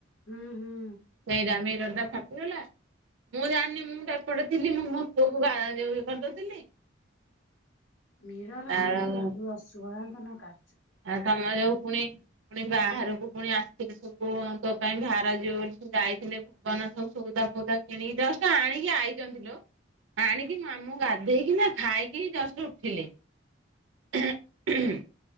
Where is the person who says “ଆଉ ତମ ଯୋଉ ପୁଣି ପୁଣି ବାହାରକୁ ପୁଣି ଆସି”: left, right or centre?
Right